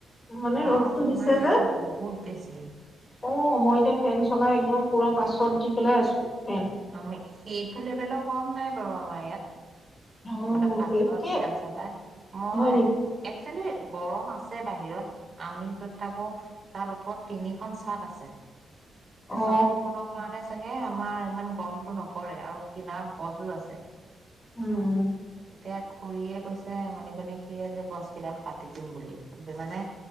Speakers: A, on the left; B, on the right.
A: মানে
B: গৰম
A: ৰ'দটো
B: আমাৰ
A: দিছে
B: ইয়াতো
A: যে
B: বহুত বেছি।
A: অ', মই এতিয়া ফেন চলাই একদম পুৰা পাঁচত দি পেলাই আছো। ফেন
B: আমি সেইটো লেবেলৰ গৰম নাই অব আমাৰ ইয়াত
A: অ
B: মানে পাছত
A: একে
B: ফেন চটাই মই
A: হয় নেকি
B: একচুৱেলি গৰম আছে বাহিৰত আমি য'ত থাকো তাৰ ওপৰত তিনিখন চাট আছে। এ
A: অ
B: শ্বট কিখনৰ কাৰণে চাগ এ আমাৰ ইমান গৰমতটো নপৰে আৰু কিনাৰত গছো আছে
A: উম।
B: এতিয়া খুৰীয়ে কৈছে মালিকনী খুৰীয়ে যে গছ কেইডাল কাটি দিম বুলি মানে